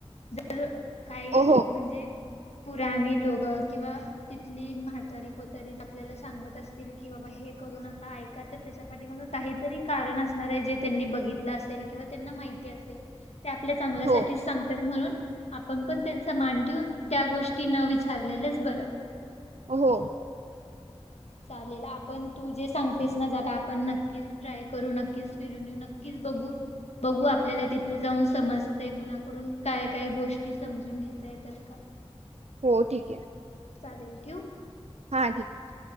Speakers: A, on the left; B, on the right.
A: जर काहीज
B: हो
A: म्हणजे पुराणी लोकं किंवा तिथली म्हातारी कोतारी आपल्याला सांगत असतील कि बाबा हे करू नका. ऐका त त्याच्या पाठीमागं काहीतरी कारण असणार ए, जे त्यांनी बघितलं असेल किंवा त्यांना माहिती असेल. ते आपल्या चांगल्यासाठीच
B: हो
A: सांगतात म्हणून आपण पण त्यांचा मान ट्यून त्या गोष्टी न विचारलेलंच बरं.
B: ओ हो.
A: चालेल. आपण तू जे सांग ा आपण नक्कीच ट्राय करू, नक्कीच फिरून येऊ, नक्कीच बघू. बघू आपल्याला तिथे जाऊन समजते कुणाकडून काय काय गोष्टी समजून घेता येतात का?
B: हो. ठीक ए.
A: चालेल. ठेउ?
B: हा.. ठीक.